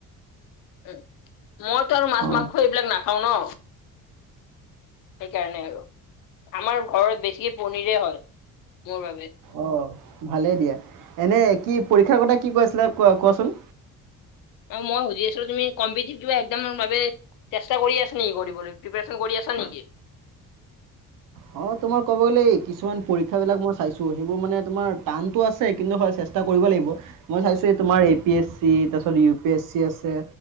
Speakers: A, on the left; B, on the right.
A: উ মইতো আৰু মাছ
B: অ
A: মাংস এইবিলাক নাখাওঁ ন সেইকাৰণেই আৰু আমাৰ ঘৰত বেছিকে পনীৰে হয় মোৰ বাবে
B: অ ভালেই দিয়া এনে কি পৰীক্ষাৰ কথা কি কৈ আছিলে ক কোৱাচোন
A: আৰু মই সুজি আছিলো তুমি কম্পিতেভ ক এক্সামৰ বাবে চেষ্টা কৰি আছ নি দিবলে প্ৰিপাৰসন কৰি আছা নেকি
B: অ তোমাৰ ক'ব গ'লে কিছুমান পৰীক্ষা বিলাক মই চাইছো সেইবোৰ মানে তোমাৰ টানতো আছে কিন্তু হয় চ চেষ্টা কৰিব লাগিব মই চাইছোঁ এই তোমাৰ এ পি এছ চি তাৰপিছত ইউ পি এছ চি আছে